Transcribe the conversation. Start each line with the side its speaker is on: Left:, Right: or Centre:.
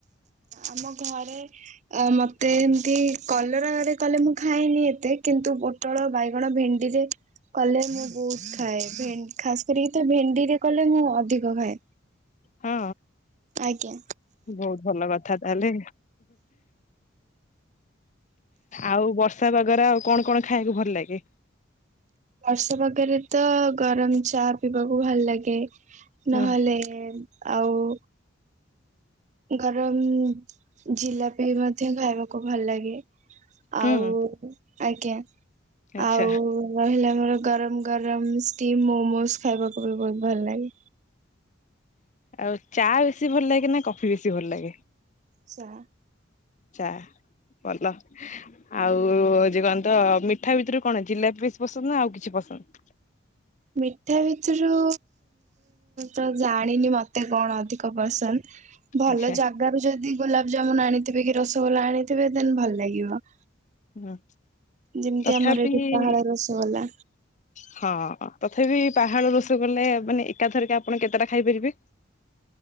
Right: ଆମ ଘରେ ଆ ମତେ ଏମତି କଲରାରେ କଲେ ମୁଁ ଖାଇନି ଏତେ କିନ୍ତୁ ପୋଟଳ, ବାଇଗଣ, ଭେଣ୍ଡି ରେ କଲେ ମୁଁ ବହୁତ ଖାଏ ଭେ ଖାସ କରିକି ତ ଭେଣ୍ଡିରେ କଲେ ମୁଁ ଅଧିକ ଖାଏ।
Left: ହଁ।
Right: ଆଜ୍ଞା
Left: ବହୁତ ଭଲ କଥା ତାହେଲେ। ଆଉ ବର୍ଷା ପାଗରେ ଆଉ କଣ କଣ ଖାଇବାକୁ ଭଲ ଲାଗେ?
Right: ବର୍ଷା ପାଗରେ ତ ଗରମ ଚା ପିଇବାକୁ ଭଲ ଲାଗେ।
Left: ହୁଁ
Right: ନହେଲେ ଆଉ ଗରମ ଜିଲାପି ମଧ୍ୟ ଖାଇବାକୁ ଭଲ ଲାଗେ। ଆଉ
Left: ହୁଁ
Right: ଆଜ୍ଞା
Left: ଆଚ୍ଛା
Right: ଆଉ ରହିଲା ଆମର ଗରମ ଗରମ ଷ୍ଟିମ ମୋମୋସ ଖାଇବାକୁ ବି ବହୁତ ଭଲ ଲାଗେ।
Left: ଆଉ ଚା ବେଶୀ ଭଲ ଲାଗେ ନା କଫି ବେଶୀ ଭଲ ଲାଗେ?
Right: ଚା
Left: ଚା ଭଲ ଆଉ ଯେ କଣତ ମିଠା ଭିତରୁ କଣ ଜିଲାପି ବେଶୀ ପସନ୍ଦ ନା ଆଉ କିଛି ପସନ୍ଦ?
Right: ମିଠା ଭିତରୁ ତ ଜାଣିନି ମତେ କଣ ଅଧିକ ପସନ୍ଦ ଭଲ
Left: ଆଚ୍ଛା
Right: ଜାଗାାରୁ ଯଦି ଗୋଲାପଜାମୁନ ଆଣିଥିବେ କି ରସଗୋଲା ଆଣିଥିବେ ଦେନ ଭଲ ଲାଗିବ।
Left: ହୁଁ
Right: ଯେମିତି
Left: ତଥାପି
Right: ଆମର ଏଠି
Left: ହଁ
Right: ପାହାଳ ରସଗୋଲା।
Left: ହଁ ତଥାପି ପାହାଡ ରୋଷେଇ କଲେ ମାନେ ଏକାଥରିକେ ଆପଣ କେତେଟା ଖାଇପାରିବେ?